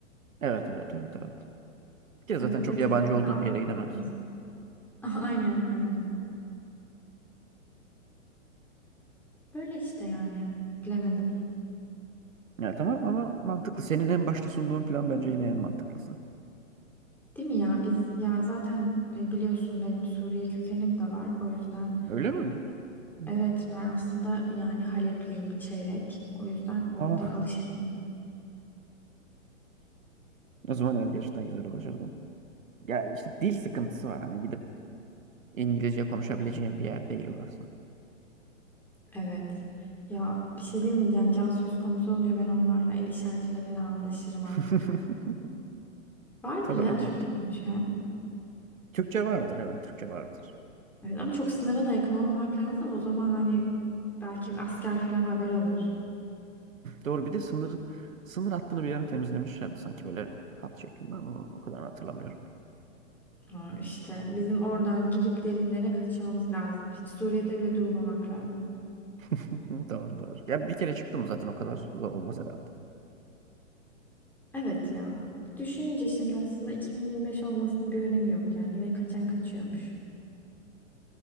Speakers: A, on the right (about 75°); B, in the centre.
A: Evet evet evet evet. Bir kere zaten
B: Evet
A: çok
B: yeter.
A: yabancı olduğun
B: Allah
A: bir yere gidemezsin.
B: korusun. <laughs> Aynen aynen. Böyle işte yani. Bilemedim.
A: Ya tamam ama mantıklı. Senin en başta sunduğun plan bence yine en mantıklısı.
B: Değil mi ya? Biz ya zaten e, biliyorsun benim Suriye kökenim de var. O yüzden
A: Öyle mi? Hı hı.
B: Evet ben aslında yani Halepliyim çeyrek. O yüzden orada
A: Ah,
B: alışırdım.
A: o zaman evet, gerçekten güzel başardım. Ya işte dil sıkıntısı var. Hani gidip İngilizce konuşabileceğim bir yer değil orası.
B: Evet. Ya bir şey diyeyim mi? Yani can söz konusu olunca ben onlarla el işaretiyle falan anlaşırım artık.
A: <laughs>
B: Vardır
A: Doğru
B: ya
A: mantıklı.
B: Türkçe konuşan.
A: Türkçe vardır evet Türkçe vardır.
B: Evet ama çok sınıra da yakın olmamak lazım. O zaman hani belki asker falan haber alır.
A: Doğru bir de sınır sınır hattını bir yere temizlemişlerdi sanki böyle hat şeklinde ama o kadar hatırlamıyorum.
B: Ha, işte bizim oradan girip derinlere kaçmamız lazım. Hiç Suriye'de bile durmamak lazım.
A: <laughs> Doğru doğru. Ya bir kere çıktım zaten o kadar zor olmaz herhalde.
B: Evet ya. Düşününce şimdi aslında 2025 olmasının bir önemi yok yani. Yine kaçan kaçıyormuş.